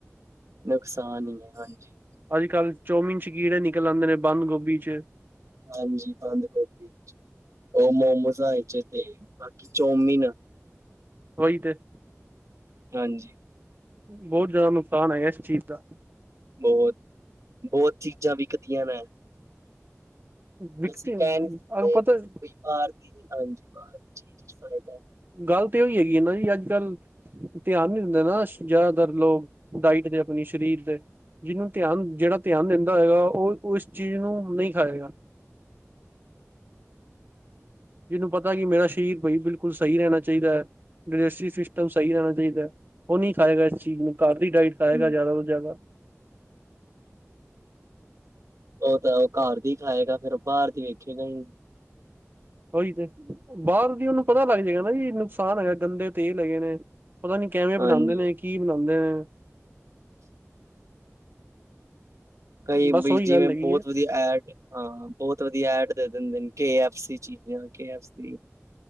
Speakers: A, on the right (about 75°); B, on the right (about 40°).
A: ਨੁਕਸਾਨ ਹੀ ਹੈ, ਹਾਂਜੀ।
B: ਅੱਜ ਕੱਲ੍ਹ ਚੌਮੀਨ ਚ' ਕੀੜੇ ਨਿਕਲ ਆਉਂਦੇ ਨੇ ਬੰਦ ਗੋਭੀ ਚ'।
A: ਹਾਂਜੀ ਬੰਦ ਗੋਭੀ, ਉਹ ਮੋਮੋਸਾਂ ਤੇ ਬਾਕੀ ਚੋਮੀਿਨ
B: ਉਹੀ ਤੇ।
A: ਹਾਂਜੀ।
B: ਬਹੁਤ ਜ਼ਿਆਦਾ ਨੁਕਸਾਨ ਹੈਆ ਇਸ ਚੀਜ਼ ਦਾ।
A: ਬਹੁਤ- ਬਹੁਤ ਚੀਜ਼ਾਂ ਵਿਕਦੀਆਂ ਨੇ।
B: ਵਿਕਤੇ
A: ਵਸੀ ਕਹਿ ਨੀ ਸਕਦੇ
B: ਪਤਾ
A: ਬਈ ਬਾਰ ਦੀ। ਹਾਂਜੀ। ਬਹੁਤ ਚੀਜ਼ ਚ' ਫਾਇਦਾ।
B: ਗੱਲ ਤੇ ਉਹੀ ਹੈਗੀ ਹੈ ਨਾ ਜੀ ਅੱਜ ਕੱਲ੍ਹ ਧਿਆਨ ਨੀ ਦਿੰਦੇ ਨਾ ਜ਼ਿਆਦਾਤਰ ਲੋਕ, ਡਾਇਟ ਦੇ ਆਪਣੀ ਸਰੀਰ ਦੇ। ਜਿਹਨੂੰ ਧਿਆਨ, ਜਿਹੜਾ ਧਿਆਨ ਦਿੰਦਾ ਹੈਗਾ ਉਹ ਇਸ ਚੀਜ਼ ਨੂੰ ਨਹੀਂ ਖਾਏਗਾ। ਜਿਹਨੂੰ ਪਤਾ ਕਿ ਮੇਰਾ ਸਰੀਰ ਬਾਈ ਬਿਲਕੁਲ ਸਹੀ ਰਹਿਣਾ ਚਾਹੀਦਾ ਹੈ, ਡਟ ਸਿਸਟਮ ਸਹੀ ਰਹਿਣਾ ਚਾਹੀਦਾ, ਉਹ ਨਹੀਂ ਖਾਏਗਾ ਇਸ ਚੀਜ਼ ਨੂੰ ਘਰ ਦੀ ਡਾਇਟ
A: ਹੂੰ
B: ਖਾਏਗਾ ਜ਼ਿਆਦਾ ਤੋਂ ਜ਼ਿਆਦਾ।
A: ਉਹ ਤਾਂ ਉਹ ਘਰ ਦੀ ਖਾਏਗਾ ਫੇਰ ਬਾਹਰ ਦੀ ਵੇਖੇਗਾ ਹੀ।
B: ਉਹੀ ਤੇ, ਬਾਹਰ ਦੀ ਉਹਨੂੰ ਪਤਾ ਲੱਗ ਜਾਏਗਾ ਨਾ ਜੀ ਨੁਕਸਾਨ ਹੈਗਾ ਗੰਦੇ ਤੇਲ ਹੈਗੇ ਨੇ। ਪਤਾ ਨੀ ਕਿਵੇਂ
A: ਹਾਂਜੀ
B: ਬਣਾਉਂਦੇ ਨੇ, ਕੀ ਬਣਾਉਂਦੇ ਨੇ?
A: ਕਈ
B: ਬਸ
A: ਬ
B: ਉਹੀ
A: ਜਿਵੇਂ
B: ਗੱਲ ਹੈਗੀ
A: ਬਹੁਤ
B: ਹੈ
A: ਵਧੀਆ ਐਡ ਹਾਂ। ਬਹੁਤ ਵਧੀਆ ਐਡ ਦੇ ਦਿੰਦੇ ਨੇ ਕੇ ਏਫ ਸੀ ਦੀਆਂ ਚੀਜਾਂ, ਕੇ ਏਫ ਸੀ।